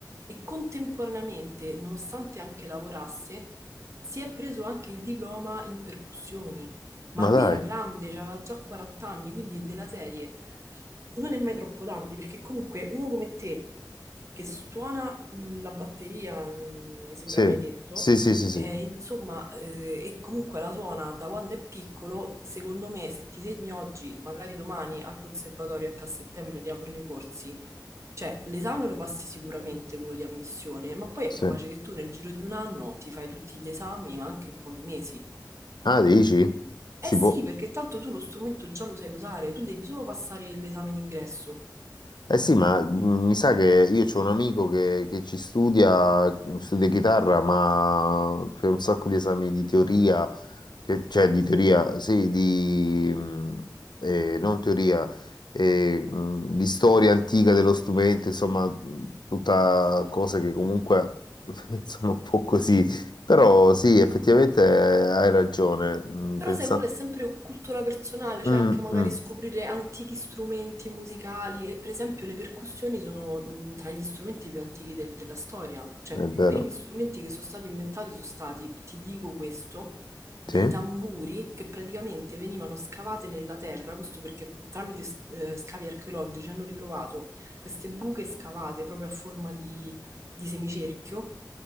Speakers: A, on the right; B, on the left.
A: e contemporaneamente, nonostante anche lavorasse, si è preso anche il diploma in percussioni. Ma
B: Ma
A: lui
B: dai,
A: era grande, aveva già 40 anni, quindi della serie non è mai troppo tardi, perché comunque uno come te che suona la batteria, mm, mi sembra
B: sì,
A: mai detto,
B: sì, sì, sì,
A: eh,
B: sì.
A: insomma, eh, e comunque la suona da quando è piccolo, secondo me se ti segni oggi, magari domani al conservatorio, ecco a settembre riaprono i corsi, cioè l'esame lo passi sicuramente quello di ammissione, ma poi è
B: sì.
A: capace che tu nel giro di un anno ti fai tutti gli esami, ma anche in pochi mesi.
B: Ah, dici? Si
A: Eh sì,
B: può.
A: perché tanto tu lo strumento già lo sai usare, tu devi solo passare l'esame d'ingresso.
B: Eh sì, ma mh, mi sa che io c'ho un amico che, che ci studia, studia chitarra, ma c'è un sacco di esami di teoria, che- cioè di teoria, sì, di mh, eh, non teoria, eh, mh, di storia antica dello strumento, insomma, mh, tutta cose che comunque <laughs> sono un po' così. Però sì, effettivamente eh, hai ragione. mh,
A: Però
B: Pensa...
A: sai, quella è sempre cultura personale, cioè
B: Mm,
A: anche magari
B: mm,
A: scoprire antichi strumenti musicali e per esempio le percussioni sono mh, tra gli strumenti più antichi del- della storia, cioè
B: è vero.
A: i primi strumenti che sono stati inventati sono stati, ti dico questo, dei
B: Sì.
A: tamburi che praticamente venivano scavate nella terra, questo perché tramite s- eh, scavi archeologici hanno ritrovato queste buche scavate proprio a forma di di semicerchio